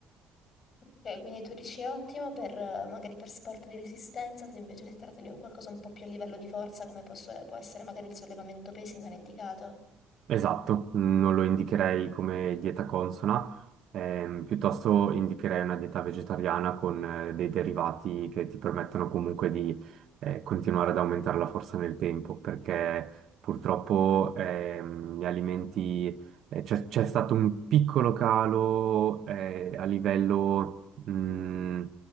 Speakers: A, on the left; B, on the right.
A: Ok, quindi tu dici ottimo per eh, magari per sport di resistenza, se invece si tratta di un qualcosa un po' più a livello di forza, come posso- può essere magari il sollevamento pesi, non è indicato.
B: Esatto, non lo indicherei come dieta consona, ehm, piuttosto indicherei una dieta vegetariana con eh, dei derivati che ti permettano comunque di eh, continuare ad aumentare la forza nel tempo, perché purtroppo ehm, gli alimenti, eh, c'è c'è stato un piccolo calo eh, a livello mh,